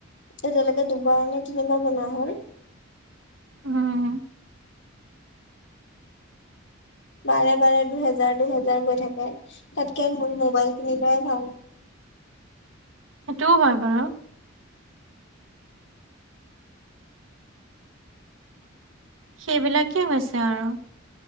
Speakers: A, on the left; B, on the right.
A: এতিয়ালৈকে দুবাৰ নে তিনিবাৰ বনোৱা হয়।
B: উম।
A: বাৰে বাৰে দুহেজাৰ দুহেজাৰ গৈ থাকে তাতকে মোৰ মোবাইল কিন লোৱাই ভাল।
B: সেইটোও হয় বাৰু সেইবিলাকেই হৈছে আৰু